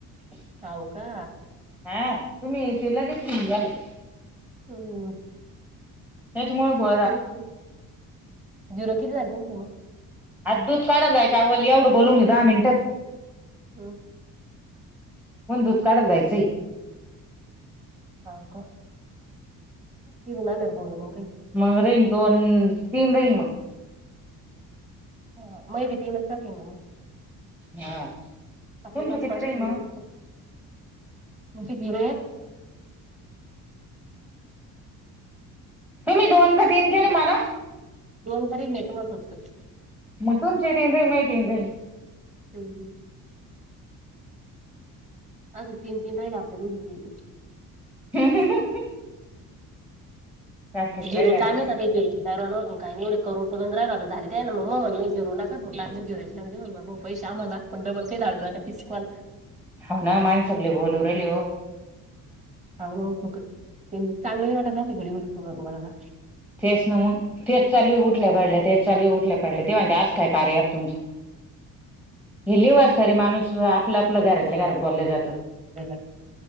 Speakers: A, in the centre; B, on the right.
A: <unintelligible>
B: हाव का?
A: हा तुम्ही ते <unintelligible>
B: हो.
A: त्याच्यामुळ बो
B: <unintelligible> झिरो किती झाले तुमचे म?
A: आज दूध काढत जायच्या अगोदर, एवढं बोलू घेवू दहा मिनिटं.
B: हम्म,
A: मला दूध काढला जायचंय.
B: हाव का? तिकडून आल्यावर बोलू मग काय
A: मग रहीन दोन तीन राहीन मग.
B: हा, मै बी तीनचं <unintelligible> म.
A: हा. तुमचं
B: आपली पाचपाचची
A: किती राहीन
B: थेरी
A: मग
B: येईल फक्त, मग ते झीरो
A: तुम्ही दोन का तीन केले मला?
B: दोन करीले तुम्हाला फक्त
A: म तुमचेही तीन राहीन माये तीन राहीन.
B: हूं हूं अगं तीन तीन राहिले आपल्या दोघीचे
A: <unintelligible> सारखेच
B: जिरू
A: राहिले आता
B: काय मिळतात एकेरी काय राहिला होतं न काय नाय एवढं करुन तर झाले ते आहे ना मग म्हणलं धीरू नकाग लाग जेरायग भाऊ पैसे आम्हाला पण डबल काय <unintelligible> तीस कॉल
A: हाव ना माणसं बी लय बोलू रायले ओ
B: हाव ना मंग फुकट ते चांगलं नाय वाटत ना असं घडीघडी फोन वर बोलायला.
A: तेच ना मंग तेच चालू उठल्या पडल्या तेच चालूय उठल्या पडल्या ते म्हणत्या असं काय कार्या ऍप तुमचं हे लिवासारी माणूस आपल्या आपल्या घरातल्या घरात बोलल जातं.
B: हा